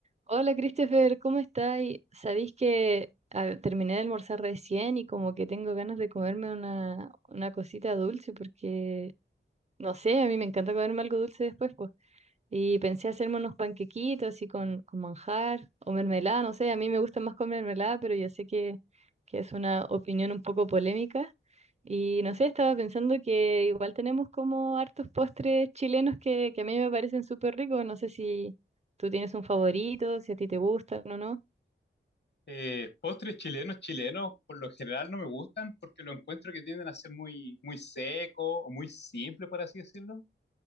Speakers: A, on the right; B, on the left.
A: Hola Christopher, ¿cómo estáis? Sabéis que ah, terminé de almorzar recién y como que tengo ganas de comerme una, una cosita dulce porque, no sé, a mí me encanta comerme algo dulce después, pues. Y pensé hacerme unos panquequitos así con, con manjar o mermelada, no sé, a mí me gusta más con mermelada, pero yo sé que, que es una opinión un poco polémica. Y no sé, estaba pensando que igual tenemos como hartos postres chilenos que, que a mí me parecen súper ricos. No sé si tú tienes un favorito, si a ti te gustan o no.
B: Eh, postres chilenos, chilenos, por lo general no me gustan porque lo encuentro que tienden a ser muy, muy seco o muy simple, por así decirlo.